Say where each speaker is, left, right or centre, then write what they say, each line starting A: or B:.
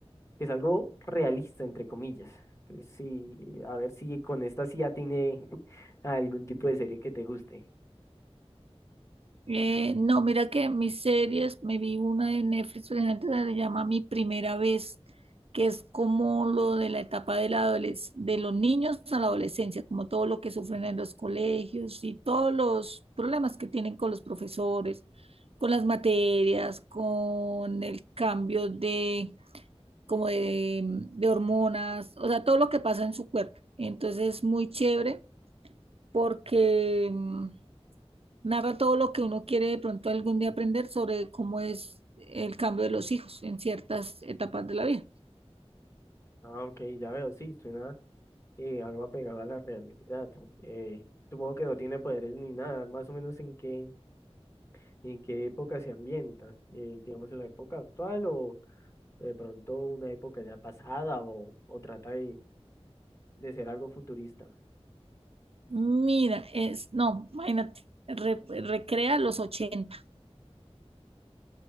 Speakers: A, on the left; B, on the right.
A: que es algo realista, entre comillas. Entonces, sí, a ver si con esta sí ya tiene <laughs> algún tipo de serie que te guste.
B: Eh, no, mira que mis series, me vi una de Netflix, por ejemplo, que se llama Mi Primera Vez, que es como lo de la etapa de, la adoles- de los niños a la adolescencia, como todo lo que sufren en los colegios y todos los problemas que tienen con los profesores, con las materias, con el cambio de, como de, de hormonas, o sea, todo lo que pasa en su cuerpo. Entonces es muy chévere porque... mm, Narra todo lo que uno quiere de pronto algún día aprender sobre cómo es el cambio de los hijos en ciertas etapas de la vida.
A: Ah, ok, ya veo, sí, suena eh, algo apegado a la realidad. Eh, supongo que no tiene poderes ni nada, más o menos en qué, en qué época se ambienta, eh, digamos en la época actual o de pronto una época ya pasada o, o trata de, de ser algo futurista.
B: Mira, es, no, imagínate, re- recrea los ochenta